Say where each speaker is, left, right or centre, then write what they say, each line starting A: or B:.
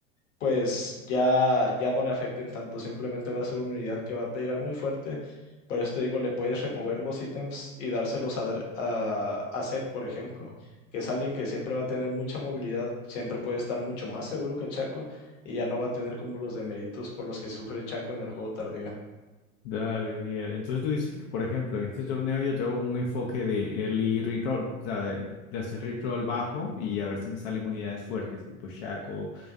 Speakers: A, on the left (about 65°); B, on the left (about 45°).
A: pues ya, ya no le afecten tanto, simplemente va a ser una unidad que va a pegar muy fuerte. Por esto digo, le puedes remover los ítems y dárselos a, Dra- a, a Zed, por ejemplo que es alguien que siempre va a tener mucha movilidad, siempre puede estar mucho más seguro que Chaco y ya no va a tener como los deméritos por los que sufre Chaco en el juego tardío.
B: Dale, Miguel. Entonces tú dices que, por ejemplo, en este torneo yo tengo un enfoque de early reroll, o sea, de, de hacer reroll bajo y a ver si me salen unidades fuertes, tipo Shaco